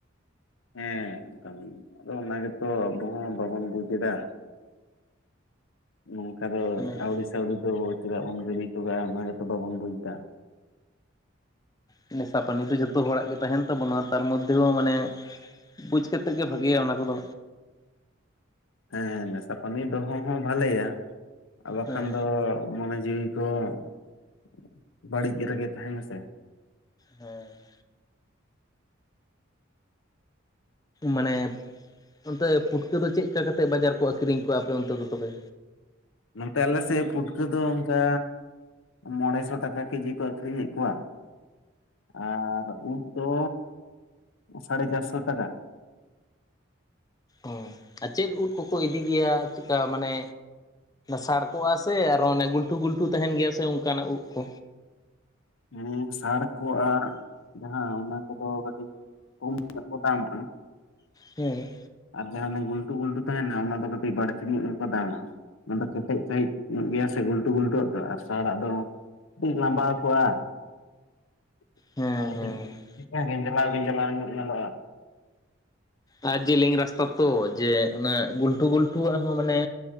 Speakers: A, on the left (about 75°); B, on the left (about 20°).
A: ᱦᱮᱸ ᱟᱫᱚ ᱚᱱᱟ ᱜᱮᱛᱚ ᱟᱵᱚ ᱦᱚᱸ ᱵᱟᱵᱚᱱ ᱵᱩᱡᱽ ᱮᱫᱟ᱾ ᱱᱚᱝᱠᱟ ᱫᱚ
B: ᱚᱱᱟᱜᱮ
A: ᱟᱹᱣᱲᱤ ᱥᱟᱹᱣᱲᱤ ᱫᱚ ᱪᱮᱫᱟᱜ ᱵᱚᱱ ᱜᱤᱰᱤ ᱦᱚᱴᱚ ᱠᱟᱜ-ᱟ ᱚᱱᱟ ᱜᱮᱛᱚ ᱵᱟᱵᱚᱱ ᱵᱩᱡᱽ ᱮᱫᱟ᱾
B: ᱦᱮᱸ ᱱᱮᱥᱟ ᱯᱟᱹᱱᱤ ᱫᱚ ᱡᱷᱚᱛᱚ ᱦᱚᱲᱟᱜ ᱜᱮ ᱛᱟᱦᱮᱸᱱ ᱛᱟᱵᱚᱱᱟ ᱛᱟᱨ ᱢᱚᱫᱽᱫᱷᱮ ᱦᱚᱸ ᱢᱟᱱᱮ ᱵᱩᱡᱽ ᱠᱟᱛᱮᱫ ᱜᱮ ᱵᱷᱟᱜᱮᱭᱟ ᱚᱱᱟ ᱠᱚᱫᱚ᱾
A: ᱦᱮᱸ ᱱᱮᱥᱟ ᱯᱟᱹᱱᱤ ᱫᱚᱦᱚ ᱦᱚᱸ ᱵᱷᱟᱞᱮᱭᱟ, ᱟᱨ ᱵᱟᱠᱷᱟᱱ
B: ᱦᱮᱸ
A: ᱫᱚ ᱢᱚᱱᱮ ᱡᱤᱣᱤ ᱠᱚ <inaudible> ᱵᱟᱹᱲᱤᱡ ᱨᱮᱜᱮ ᱛᱟᱦᱮᱸᱱᱟ ᱥᱮ᱾
B: ᱦᱮᱸ ᱢᱟᱱᱮ ᱚᱱᱛᱮ ᱯᱩᱴᱠᱟᱹ ᱫᱚ ᱪᱮᱫ ᱞᱮᱠᱟ ᱠᱟᱛᱮᱫ ᱵᱟᱡᱟᱨ ᱠᱚ ᱟᱹᱠᱷᱨᱤᱧ ᱠᱚᱣᱟ ᱟᱯᱮ ᱚᱱᱛᱮ ᱫᱚ ᱛᱚᱵᱮ᱾
A: ᱱᱚᱱᱛᱮ ᱟᱞᱮ ᱥᱮᱫ ᱯᱩᱴᱠᱟᱹ ᱫᱚ ᱚᱱᱠᱟ ᱢᱚᱲᱮᱥᱚ ᱴᱟᱠᱟ ᱠᱮᱡᱤ ᱠᱚ ᱟᱠᱷᱨᱤᱧ ᱮᱫ ᱠᱚᱣᱟ᱾ ᱟᱨ ᱩᱫ ᱫᱚ ᱥᱟᱲᱮ ᱪᱟᱨᱥᱚ ᱴᱟᱠᱟ᱾
B: ᱚᱻ ᱟᱨ ᱪᱮᱫ ᱩᱫ ᱠᱚᱠᱚ ᱤᱫᱤ ᱜᱮᱭᱟ ᱪᱮᱠᱟ ᱢᱟᱱᱮ ᱥᱟᱲᱠᱚᱜ-ᱟ ᱥᱮ ᱟᱨᱚ ᱚᱱᱮ ᱜᱩᱞᱴᱩ-ᱜᱩᱞᱴᱩ ᱛᱟᱦᱮᱱ ᱜᱮᱭᱟ ᱥᱮ ᱚᱱᱠᱟᱱᱟᱜ ᱩᱫ ᱠᱚ᱾
A: ᱦᱩᱸᱜ ᱥᱟᱲ ᱠᱚᱜ-ᱟᱨ ᱡᱟᱦᱟᱸ ᱚᱱᱟ ᱠᱚᱫᱚ ᱠᱟᱹᱴᱤᱡ ᱠᱚᱢ <inaudible> ᱫᱟᱢᱟᱜ-ᱟ
B: ᱦᱮᱸ
A: ᱟᱨ ᱡᱟᱦᱟᱸ ᱚᱱᱮ ᱜᱩᱞᱴᱩ-ᱜᱩᱞᱴᱩ ᱛᱟᱦᱮᱸᱱᱟ ᱚᱱᱟ ᱫᱚ ᱠᱟᱹᱴᱤᱡ ᱵᱟᱹᱲᱛᱤ ᱧᱚᱜ ᱜᱮᱠᱚ ᱫᱟᱢᱟ᱾ ᱚᱱᱟ ᱫᱚ ᱠᱮᱴᱮᱡ ᱥᱟᱺᱦᱤᱡ ᱧᱚᱜ ᱜᱮᱭᱟ ᱥᱮ ᱜᱩᱞᱴᱟᱹ ᱜᱩᱞᱴᱟᱹᱣᱟᱜ ᱫᱚ ᱟᱨ ᱥᱟᱲᱟᱜ ᱫᱚ ᱠᱟᱹᱡ ᱞᱟᱸᱵᱟᱣ ᱠᱚᱜ-ᱟ <inaudible>
B: ᱦᱮᱸ ᱦᱮᱸ
A: ᱠᱮᱴᱮᱡ ᱜᱮᱸᱡᱽᱞᱟᱣ ᱜᱮᱸᱡᱽᱞᱟᱣ ᱧᱚᱜ ᱧᱮᱞᱚᱜ-ᱟ᱾
B: ᱟ ᱡᱮᱞᱮᱧ ᱨᱟᱥᱛᱟ ᱛᱚ ᱡᱮ ᱚᱱᱟ ᱜᱩᱞᱴᱩ ᱜᱩᱞᱴᱩᱣᱟᱜ ᱟᱨᱦᱚᱸ ᱢᱟᱱᱮ